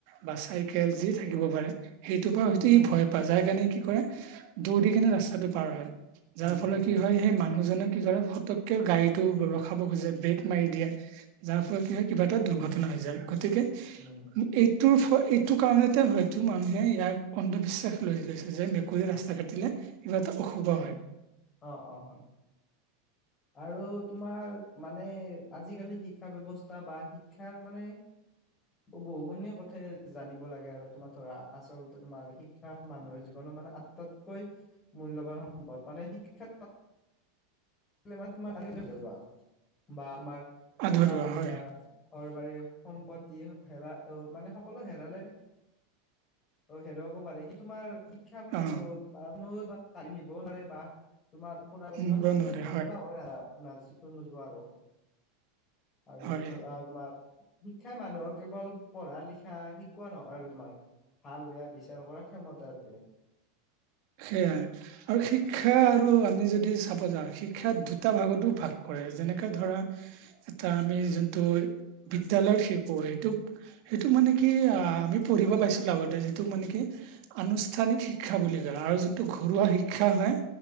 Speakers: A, on the right; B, on the left.
A: বা চাইকেল যি <unintelligible> থাকিব পাৰে, সেইটোৰ পৰা হয়তো
B: অ
A: ই
B: অ
A: ভয় পায় যাৰ কাৰণে কি কৰে দৌৰি কিনে ৰাস্তাটো পাৰ হয়। যাৰ
B: উম
A: ফলত
B: উম
A: কি হয় সেই মানুহজনে কি কৰে ফতককে গাড়ীতটো ৰখাব খুজে ব্ৰেক মাৰি দিয়ে যাৰ ফলত কি হয় কিবা এটা দুৰ্ঘটনা হৈ যায় গতিকে
B: উম
A: এই <unintelligible> এইটো কাৰণতে হয়তো মানুহে ইয়াক অন্ধবিশ্বাস লৈ লৈছে যে মেকুৰীয়ে ৰাস্তা কাটিলে কিবা এটা অশুভ হয়
B: অ অ হয় আৰু তোমাৰ মানে আজিকালি শিক্ষা ব্যয়ৱস্থা বা, শিক্ষাৰ মানে। বহুখিনি কথাই জানিব লাগে আৰু তোমাৰ ধৰা আচলতে তোমাৰ শিক্ষা মানুহৰ জীৱন। মানে-মানে আটাইতকৈ মূল্যবান সম্পদ মানে শিক্ষা মান তমাৰ বা তোমাৰ
A: আধৰুৱা
B: টকা পইচা
A: হয়
B: ঘৰ সম্পত্তি হেৰা অঁ মানে সকলো হেৰালে অ হেৰুৱাব পাৰে কিন্তু তোমাৰ শিক্ষা কোনো
A: অ
B: মান নিবও নোৱাৰে বা তোমাৰ পৰা
A: নিব
B: মানে তুমি
A: নোৱাৰে
B: নজনা হয় না নাজ নোযোৱা আৰু আৰু
A: হয়
B: ধৰা তোমাৰ শিক্ষাই মানুহক কেৱল পঢ়া লিখা শিকোৱা নহয় আৰু তোমাৰ ভাল বেয়া বিচাৰ তেওঁলোক কৰাৰ ক্ষমতা আছে
A: সেইয়াই আৰু শিক্ষা আৰু আমি যদি চাব যাওঁ শিক্ষাত দুটা ভাগতো ভাগ কৰে যেনেকে ধৰা এটা আমি যোনটো বিদ্যালয়ত শিকো সেইটোক সেইটোক মানে কি আমি পঢ়িব পাইছো আগতে যিটো মানে কি আনুষ্ঠানিক শিক্ষা বুলি ক <unintelligible> আৰু যোনটো ঘৰুৱা শিক্ষা হয়